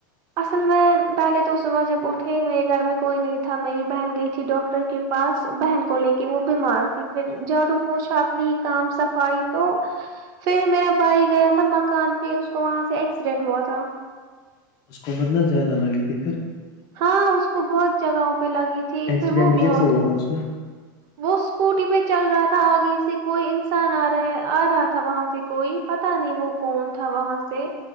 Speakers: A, on the right (about 35°); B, on the left (about 35°).
A: اصل میں پہلے تو صبح جب اٹھے میرے گھر میں کوئی نہیں تھا میری بہن گئی تھی ڈاکٹر کے پاس بہن کو کو لے کے وہ بیمار تھی پھر جھاڑو پوچا اپنی کام صفائی تو پھر میرا بھائی گیا تھا مکان پہ اس کو وہاں سے ایکسیڈینٹ ہوا تھا
B: اس کو عمر نہ زیادہ لگی تھی پھر
A: ہاں اس کو بہت جگہوں پہ لگی تھی
B: ایکسیڈنٹ
A: پھر وہ بھی
B: کیسے
A: ہو
B: ہوا تھا اس کا
A: وہ اسکوٹی پہ چل رہا تھا آگے سے کوئی انسان آ رہا آ رہا تھا وہاں سے کوئی پتا نہیں وہ کون تھا وہاں سے